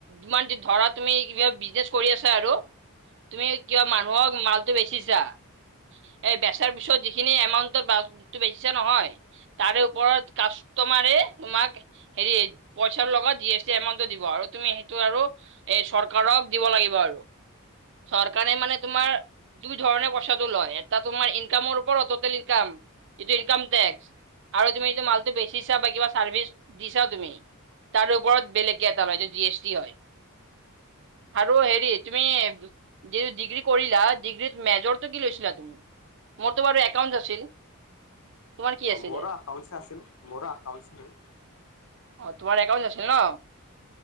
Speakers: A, on the right (about 55°); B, on the left (about 75°).
A: ইমান ধৰা তুমি কিবা বিজনেচ কৰি আছা আৰু তুমি কিবা মানুহক মালটো বেচিছা এই বেচাৰ পিছত যিখিনি এমাউণ্টত বাটো বেচিছা নহয় তাৰে ওপৰত কাষ্টমাৰে তোমাক হেৰি পইচাৰ লগত জি এছ টি এমাউণ্টটো দিব আৰু তুমি সেইটো আৰু এই চৰকাৰক দিব লাগিব আৰু, চৰকাৰে মানে তোমাৰ দুই ধৰণে পইচাটো লয়, এটা তোমাৰ ইনকামৰ ওৰত ট'টেল ইনকাম এইটো ইনকাম টেক্স। আৰু তুমি যিটো মালটো বেচিছা বা কিবা চাৰ্ভিচ দিছা তুমি তাৰ ওপৰত বেলেগকে এটা লয়, টো জি এছ টি হয়। আৰু হেৰি তুমি যি ডিগ্ৰি কৰিলা ডিগ্ৰিত মেজৰটো কি লৈছিলা তুমি? মোৰতো বাৰু একাউণ্টছ আছিল। তোমাৰ কি আছিলে?
B: মোৰো আকাউঞ্চ আছিল, মোৰো আকাউঞ্চ হয়।
A: অ'তোমাৰ একাউণ্টছ আছিল ন'